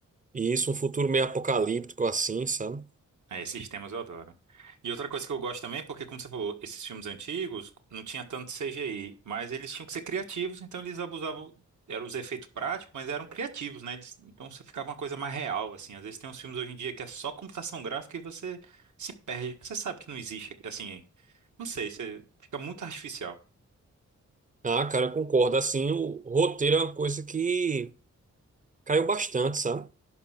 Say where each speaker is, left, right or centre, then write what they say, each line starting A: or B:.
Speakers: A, on the right (about 25°); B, on the right (about 75°).
A: E isso, um futuro meio apocalíptico, assim, sabe?
B: É, esses temas eu adoro. E outra coisa que eu gosto também, porque como você falou, esses filmes antigos não tinha tanto CGI, mas eles tinham que ser criativos, então eles abusavam, eram os efeitos práticos, mas eram criativos, né? Eles- então você ficava uma coisa mais real, assim. Às vezes tem uns filmes hoje em dia que é só computação gráfica e você se perde, porque você sabe que não existe, aqui, assim, não sei, você fica muito artificial
A: Ah, cara, eu concordo. Assim, o roteiro é uma coisa que caiu bastante, sabe?